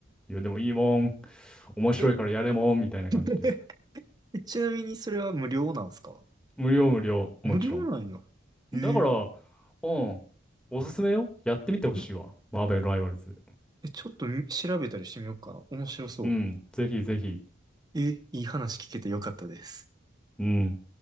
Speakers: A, in the centre; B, on the right.
A: いや、でもいいもん、面白いからやれもん、
B: い。え、
A: みたいな感じで。
B: <laughs> えちなみにそれは無料なんですか
A: 無料無料、
B: 無料なんや。
A: もちろん。
B: えー、
A: だから、うん、おすすめよ。やってみてほしいわ。
B: ん
A: マーベルライバルズ。
B: え、ちょっとみ調べたりしてみようかな。面白そう。
A: うん、ぜひぜひ。
B: え、いい話聞けてよかったです。
A: うん。